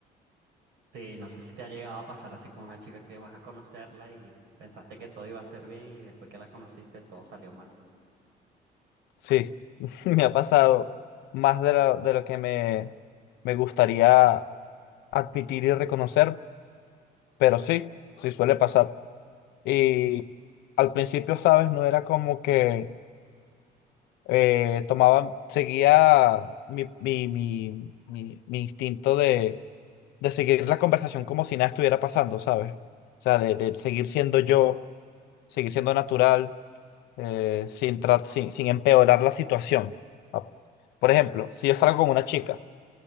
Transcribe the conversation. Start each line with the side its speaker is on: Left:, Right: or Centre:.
Right: Sí, no sé si te ha llegado a pasar así con una chica que vas a conocerla y pensaste que todo iba a ser bien y después que la conociste todo salió mal.
Left: Sí, <laughs> me ha pasado más de lo, de lo que me, me gustaría admitir y reconocer, pero sí, sí suele pasar. Y al principio, ¿sabes? No era como que eh, tomaba, seguía mi, mi, mi, mi mi instinto de seguir la conversación como si nada estuviera pasando, ¿sabes? O sea, de, de seguir siendo yo, seguir siendo natural, eh, sin, tra- sin, sin empeorar la situación. Ah, Por ejemplo, si yo salgo con una chica